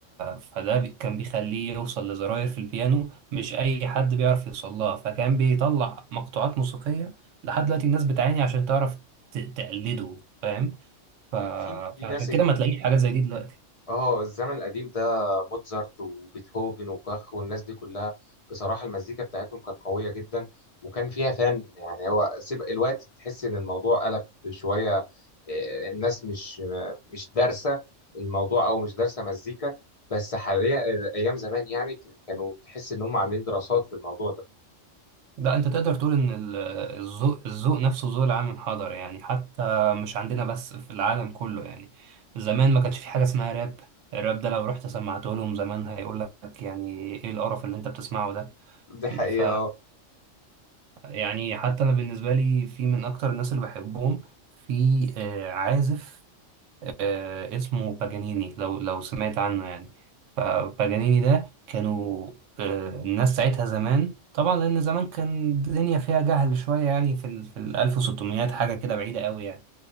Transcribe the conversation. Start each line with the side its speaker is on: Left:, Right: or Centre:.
Right: فده بي- كان بيخليه يوصل لزراير في البيانو مش اي حد بيعرف يوصل لها فكان بيطلع مقطوعات موسيقية لحد دلوقتي الناس بتعاني عشان تعرف ت... تقلده فاهم ف...
Left: في في
Right: فعشان
Left: ناس
Right: كده ما تلاقيش حاجات زي دي دلوقتي
Left: اه الزمن القديم ده موتزارت وبيتهوفن وباخ والناس دي كلها بصراحة المزيكا بتاعتهم كانت قوية جدا وكان فيها فن يعني هو سيب الوقت تحس ان الموضوع قلب شوية آه، الناس مش مش دارسة الموضوع او مش دارسة مزيكا بس حاليا آه، ايام زمان يعني ك- كانوا تحس ان هم عاملين دراسات في الموضوع ده
Right: لا انت تقدر تقول ان ال- الذوق الذوق نفسه ذوق العام انحدر يعني حتى مش عندنا بس في العالم كله يعني زمان ما كانش في حاجه اسمها راب الراب ده لو رحت سمعته لهم زمان هيقول لك يعني ايه القرف اللي انت بتسمعه ده
Left: دي حقيقة
Right: ف يعني حتى انا بالنسبه لي في من اكتر الناس اللي بحبهم في آه، عازف آه، اسمه باجانيني لو لو سمعت عنه يعني فباجانيني ده كانوا آه، الناس ساعتها زمان طبعا لأن زمان كان الدنيا فيها جهل شوية يعني في ال في ال 1600 حاجة كده بعيدة قوي يعني